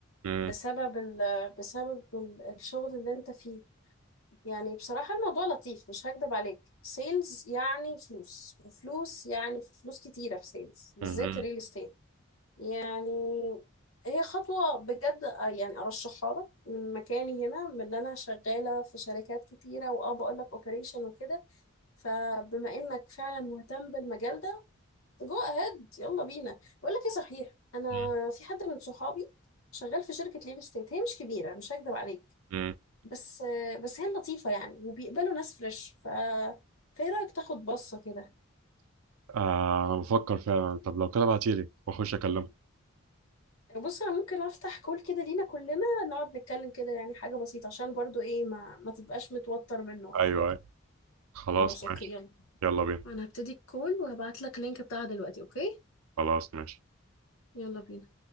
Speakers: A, on the right; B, on the left.
A: مم،
B: بسبب ال بسبب ال- الشغل اللي انت فيه يعني بصراحة الموضوع لطيف مش هكدب عليك سيلز يعني فلوس وفلوس يعني فلوس كتيرة في سيلز بالذات
A: مم،
B: الريل استيت يعني هي خطوة بجد آه، يعني أرشحها لك من مكاني هنا من اللي أنا شغالة في شركات كتيرة وأه بقول لك أوبريشن وكده فبما إنك فعلا مهتم بالمجال ده جو أهيد يلا بينا بقول لك إيه صحيح أنا
A: مم،
B: في حد من صحابي شغال في شركة ليل ستيت هي مش كبيرة مش هكدب عليك
A: مم.
B: بس آه، بس هي لطيفة يعني وبيقبلوا ناس فريش ف فإيه رأيك تاخد بصة كده
A: آه انا بفكر فعلا طب لو كده ابعتيلي واخش اكلمه
B: بص انا ممكن افتح كول كده لينا كلنا نقعد نتكلم كده يعني حاجة بسيطة عشان برضو ايه ما ما تبقاش متوتر منه ولا
A: ايوه
B: حاجة
A: أيوة. خلاص
B: خلاص اوكي
A: ماشي
B: يلا
A: يلا بينا
B: انا هبتدي الكول وهبعت لك اللينك بتاعها دلوقتي اوكي
A: خلاص ماشي
B: يلا بينا